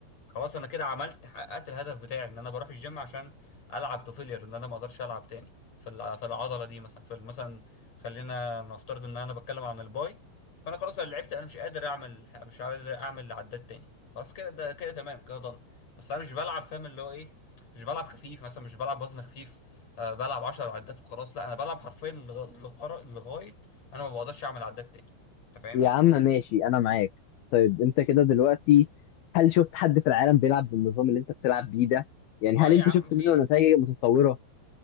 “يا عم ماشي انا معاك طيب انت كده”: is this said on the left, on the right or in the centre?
Left